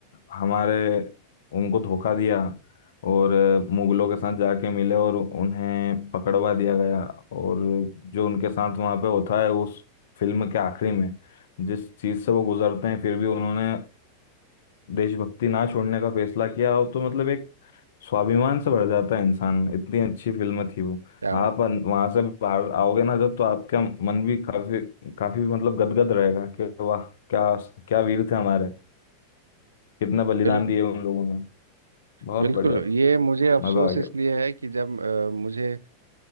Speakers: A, on the left (about 60°); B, on the right (about 75°).
A: हमारे उनको धोखा दिया और मुगलों के साथ जाके मिले और उन्हें पकड़वा दिया गया और जो उनके साथ वहाँ पे होता है उस फिल्म के आखिरी में जिस चीज़ से वो गुजरते हैं फिर भी उन्होंने देशभक्ति ना छोड़ने का फैसला किया और तो मतलब एक स्वाभिमान से भर जाता है इंसान इतनी अच्छी फिल्म थी वो
B: क्या बात
A: आप अन- वहां से बाहर आओगे ना जब तो आपका मन भी काफी काफी मतलब गदगद रहेगा कि वाह क्या क्या वीर थे हमारे कितना बलिदान
B: बिल्कुल
A: दिए उन लोगों ने बहुत
B: बिल्कुल
A: बढ़िया
B: ये मुझे अफसोस
A: मजा आ गया
B: इसलिए है कि जब अ, मुझे